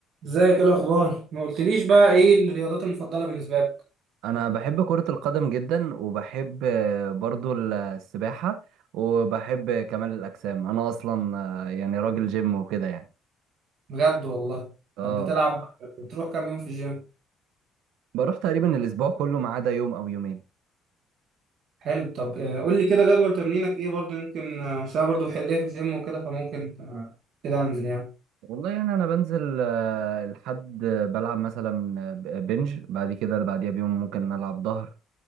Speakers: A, on the right; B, on the right.
A: ازيك ايه الاخبار ما قلتليش بقى ايه الرياضات المفضله بالنسبه لك
B: انا بحب كرة القدم جدا وبحب آه، برضو السباحة وبحب كمال الاجسام انا اصلا آه، يعني راجل جيم وكده يعني
A: بجد والله
B: اه
A: طب بتلعب بتروح كام يوم في الجيم
B: بروح تقريبا الاسبوع كله ما عدا يوم او يومين
A: حلو طب آه، قول لي كده جدول تمرينك ايه برضه يمكن آه، عشان أنا برضه حق- ليا في الجيم وكده فممكن آه، كده انزل يعني
B: والله يعني انا بنزل آه، الحد آه، بلعب مثلا آه، ب- بنج بعد كده اللي بعديها بيوم ممكن العب ظهر